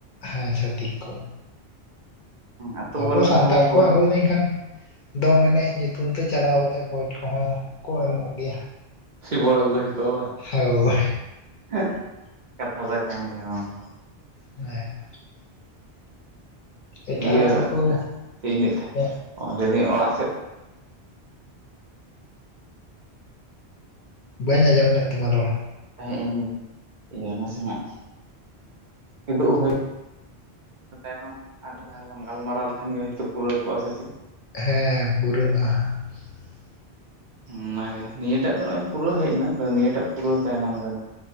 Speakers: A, on the left; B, on the right.
A: ᱦᱮᱸ ᱪᱷᱷᱟᱹᱛᱤᱠ ᱠᱚ
B: ᱟᱛᱳ
A: ᱟᱵᱚ
B: ᱠᱚᱨᱮᱱ
A: ᱥᱟᱱᱛᱟᱲ
B: ᱠᱚ ᱵᱟᱠᱚ
A: ᱠᱚᱣᱟᱜ ᱦᱩᱭ ᱦᱩᱭ ᱞᱮᱱᱠᱷᱟᱱ ᱫᱚᱝ ᱮᱱᱮᱡ ᱧᱩᱛᱩᱢ ᱛᱮ ᱪᱟᱞᱟᱣ ᱠᱟᱛᱮ ᱢᱚᱡᱽ ᱠᱚᱦᱚᱸ ᱠᱚ ᱮᱢᱚᱜ ᱜᱮᱭᱟ
B: ᱥᱤᱵᱚᱲ ᱟᱜᱩ ᱦᱩᱭ ᱠᱚ ᱟ ᱵᱟᱝ
A: ᱦᱳᱭ
B: <unintelligible> ᱠᱟᱛᱷᱟ ᱫᱚᱭ ᱛᱟᱦᱮ ᱞᱮᱱ ᱜᱮᱭᱟ ᱵᱟᱝ ᱫᱚ
A: ᱦᱮᱸ ᱮᱴᱟᱜ
B: ᱤᱭᱟᱹ
A: ᱟᱲᱟᱝ ᱠᱚ
B: ᱪᱮᱫ ᱤᱧ ᱞᱟᱹᱭ ᱛᱟᱦᱮᱫ
A: ᱩᱱᱟᱹᱜ
B: ᱞᱟᱹᱭᱫᱟᱹᱧ ᱚᱲᱟᱜ ᱥᱮᱫ
A: ᱵᱟᱹᱧ ᱟᱸᱡᱚᱢ ᱞᱮᱫ ᱛᱟᱢᱟ ᱨᱚᱲ
B: ᱛᱟᱸᱦᱮ ᱤᱧ ᱤᱭᱟᱹ ᱱᱟᱥᱮᱱᱟᱜ ᱠᱤᱫᱩᱵ ᱦᱩᱭ <unintelligible> ᱟᱨ ᱡᱟᱫ ᱫᱷᱟᱳ ᱞᱟᱝ ᱜᱟᱞᱢᱟᱨᱟᱣ ᱞᱮᱠᱷᱟᱱ ᱜᱮ ᱦᱳᱭᱛᱳ ᱯᱩᱨᱟᱹᱣ ᱠᱚᱜᱼᱟ ᱥᱮ ᱪᱮᱫ
A: ᱦᱮᱸ ᱯᱩᱨᱟᱹᱜᱼᱟ <unintelligible>
B: ᱚᱱᱟᱜᱮ ᱱᱤᱭᱟᱹᱴᱟᱜ ᱫᱚ ᱱᱚᱭ ᱯᱩᱨᱟᱹᱣ ᱦᱮᱡ ᱮᱱᱟ ᱱᱤᱭᱟᱹ ᱴᱟᱜ ᱯᱩᱨᱟᱹᱣ ᱛᱟᱭᱱᱚᱢ ᱜᱮ